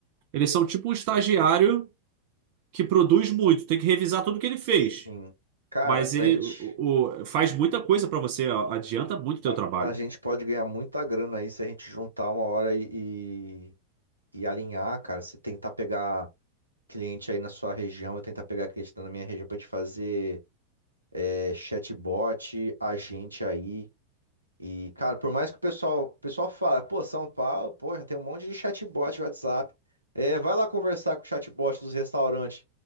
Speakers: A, on the right; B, on the right.
A: eles são tipo um estagiário que produz muito, tem que revisar tudo que ele fez.
B: Sim. Cara,
A: Mas ele
B: a gente,
A: o, o- faz muita coisa pra você, a- adianta muito o teu
B: a,
A: trabalho.
B: a gente pode ganhar muita grana aí se a gente juntar uma hora e, e, e alinhar, cara. Se tentar pegar cliente aí na sua região, eu tentar pegar cliente na minha região pra gente fazer é, chatbot, agente aí. E, cara, por mais que o pessoal, o pessoal fala, pô, São Paulo, pô, já tem um monte de chatbot de WhatsApp. É, vai lá conversar com o chatbot dos restaurantes.